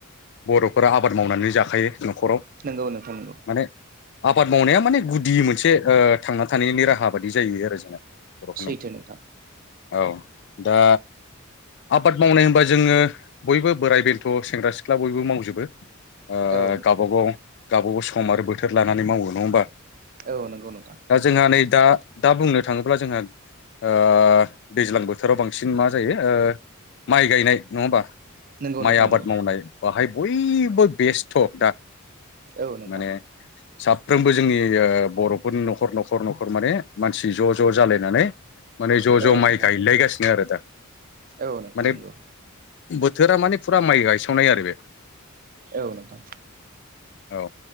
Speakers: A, on the left (about 55°); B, on the right (about 40°).
A: बर'फोरा आबाद मावनानै जाखायो न'खराव
B: नंगौ नोंथां नंगौ
A: माने आबाद मावनाया माने गुदि मोनसे ओ थांना थानायनि राहा बादि जायो आरो जोंना बर'फोरनाव
B: सेैथोे नोंथां
A: औ दा आबाद मावनाय होनबा जोङो बयबो बोराय बेन्थ' सेंग्रा सिख्ला बयबो मावजोबो ओ
B: औ
A: गावबा गाव गावबागाव सम आरो बोथोर लानानै मावो नङा होमबा
B: औ नोंगौ नोंथां
A: दा जोंहा नै दा दा बुंनो थांङोब्ला जोंहा ओ दैज्लां बोथोराव बांसिन मा जायो ओ माइ गायनाय नंङा होमबा
B: नोंगौ
A: माइ
B: नोंथां
A: आबाद
B: नोंगौ
A: मावनाय बाहाय बयबो बेस्थ' दा
B: औ नोंथां
A: माने साफ्रोमबो जोंनि बर'फोरनि न'खर न'खर न'खर माने मानसि ज' ज' जालायनानै माने ज' ज'
B: औ नोंथां
A: माइ गायलायगासिनो आरो दा
B: औ नोंथां
A: माने
B: नोंगौ
A: बोथोरा माने फुरा माइ गायसावनाय आरो बे
B: औ नोंथां
A: औ